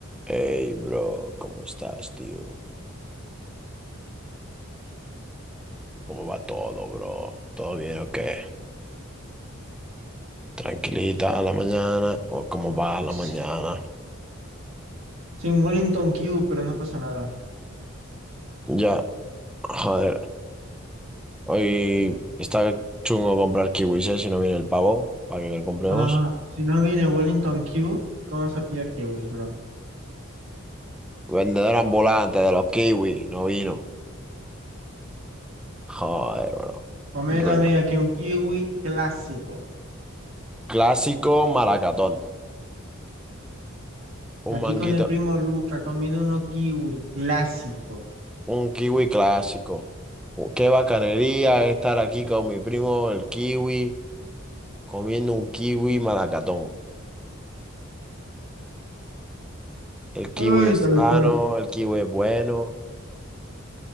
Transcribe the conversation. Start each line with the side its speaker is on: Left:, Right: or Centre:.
Centre: Hey, bro, ¿cómo estás, tío? ¿Cómo va todo, bro? ¿Todo bien o qué? ¿Tranquilita a la mañana o cómo va a la
Right: Sí,
Centre: mañana?
Right: sin Wellington Q, pero no pasa nada.
Centre: Ya, joder, hoy está chungo comprar kiwis, ¿eh? Si no viene el pavo, para que le compremos.
Right: Ah, si no viene Wellington Q, ¿cómo vas a pillar kiwis, bro?
Centre: Vendedor ambulante de los kiwis, no vino. Joder, bro,
Right: Comiéndome
Centre: ruina.
Right: aquí un kiwi clásico.
Centre: Clásico maracatón,
Right: Aquí
Centre: un manguito,
Right: con el primo Luca, comiendo uno kiwi clásico.
Centre: un kiwi clásico. Qué bacanería estar aquí con mi primo, el kiwi. comiendo un kiwi malacatón. El
Right: Ay,
Centre: kiwi es
Right: tal
Centre: sano,
Right: cual.
Centre: el kiwi es bueno.